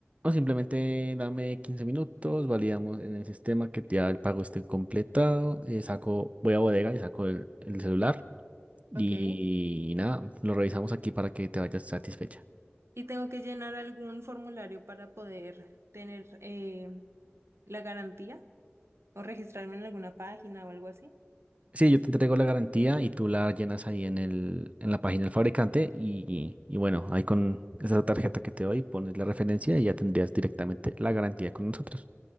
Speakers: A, on the right; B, on the right.
A: O simplemente dame 15 minutos, validamos en el sistema que ya el pago esté completado. eh, saco, voy a bodega y saco el, el celular. Y
B: Ok.
A: nada, lo revisamos aquí para que te vayas satisfecha.
B: Y tengo que llenar algún formulario para poder tener eh, la garantía o registrarme en alguna página o algo así.
A: Sí, yo te entrego la garantía y tú la llenas ahí en el, en la página del fabricante y, y bueno, ahí con esa tarjeta que te doy pones la referencia y ya tendrías directamente la garantía con nosotros.